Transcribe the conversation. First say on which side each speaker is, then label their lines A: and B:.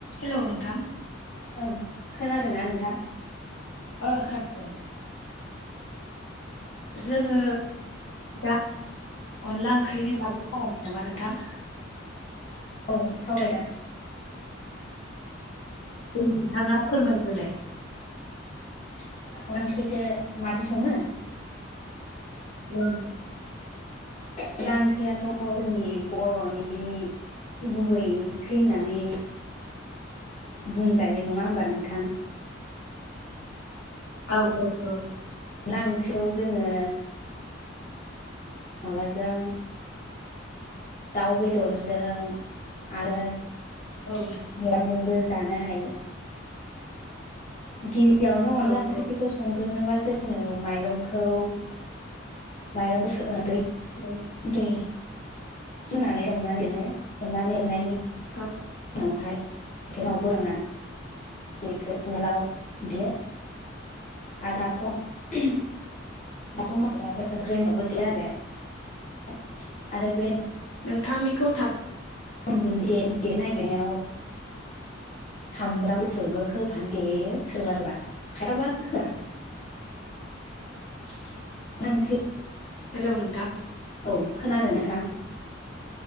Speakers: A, on the left; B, on the left.
A: Hello नोंथां।
B: ओं खोनादोंना नोंथां?
A: ओ ओंखारदों जोंङो दा अनला ओंख्रिनि बागै सावरायनोसै नामा नोंथां?
B: औ सावरायगोन।
A: नोंथाङा फोरमायग्रोलाय।
B: अनला ओंख्रिखो मादि सङो
A: उम।
B: अनला ओंखैयाथ' जोंनि बर'नि गुबै ओंख्रि होननानै
A: <inaudible>
B: बुंजायो नङा होमबा नोंथां?
A: औ औ औ।
B: अनला ओंख्रियाव जोङो माबाजों दाउ बेदरजों आरो
A: औ।
B: मेवाइजोंबो जानो हायो। गिबियावनो अनला
A: औ
B: ओंख्रिखौ
A: औ
B: संग्रोनोबा जोङो माइरंखौ माइरं सो दै
A: औ।
B: दै <unintelligible>
A: औ
B: उनावहाय <unintelligible> बेखौ उवालाव देयो आरो दाथ' दाथ' मानसिफ्रा सोरबा सोरबा ग्रेन्दडआवबो देयो आरो आरो बे
A: नोंथांनिखौ थाब
B: उन गुन दे दे नागिरनायाव सामब्राम गुफुरबो होफानो देयो सोरबा सोरबा खायफाबा होआ
A: <inaudible>
B: ओंख्रि
A: हेलौ नोंथां
B: औ खोनादों नोंथां।